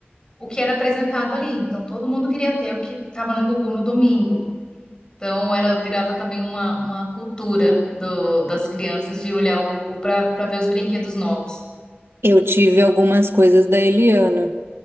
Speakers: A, on the left (about 20°); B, on the right (about 75°).
A: o que era apresentado ali. Então todo mundo queria ter o que estava no Gugu no domingo. Então era virava também uma, uma cultura do, das crianças de olhar o Gugu para para ver os brinquedos novos.
B: Eu tive algumas coisas da Eliana,